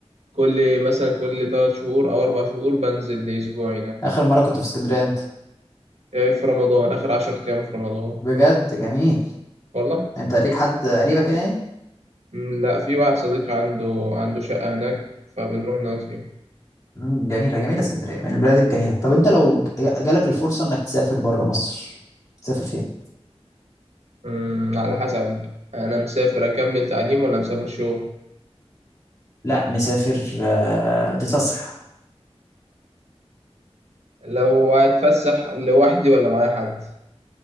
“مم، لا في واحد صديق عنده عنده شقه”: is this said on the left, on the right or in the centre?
Right